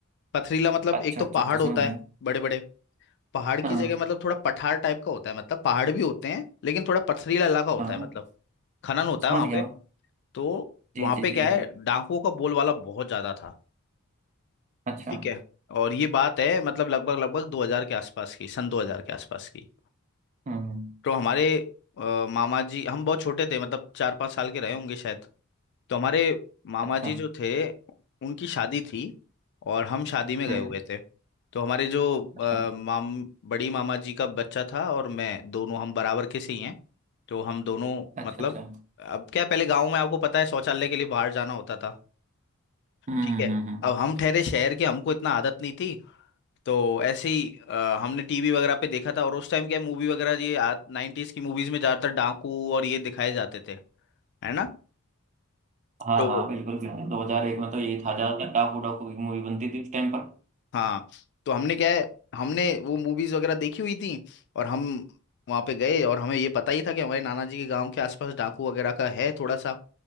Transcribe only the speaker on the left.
पथरीला मतलब
एक तो
पहाड़
होता
है बड़े बड़े पहाड़ की
जगह मतलब थोड़ा पठार टाइप का होता है मतलब पहाड़ भी होते हैं लेकिन थोड़ा पथरीला इलाका होता
है मतलब खनन होता
है वहां
पे
तो
वहां
पे क्या
है डाकुओं का बोलबाला बहुत ज्यादा था
ठीक
है और ये बात है मतलब लगभग लगभग 2000 के आसपास की सन 2000 के आसपास की
तो हमारे अ, मामा जी हम बहुत छोटे थे मतलब चार पाँच साल के रहे होंगे शायद तो हमारे मामा
जी जो थे उनकी शादी थी और हम शादी में
गए हुए थे तो हमारे जो अ,
माम बड़ी मामा जी का बच्चा था और मैं दोनों हम बराबर के से ही हैं तो हम दोनों
मतलब
अब क्या पहले गांव में आपको पता है शौचालय के लिए बाहर जाना होता था
ठीक
है
अब हम ठहरे शहर के हमको इतना आदत नहीं थी तो ऐसे ही अ, हमने टीवी वगैरह पे देखा था और उस टाइम क्या मूवी वगैरह ये नाइन्टीज की मूवीज में ज्यादातर डाकू और ये दिखाए जाते थे है ना
तो
हाँ तो हमने क्या है हमने वो मूवीज वगैरह देखी हुई थी और हम वहाँ पे गए और हमें ये पता ही था कि हमारे नाना जी के गांव के आसपास डाकू वगैरह का है थोड़ा सा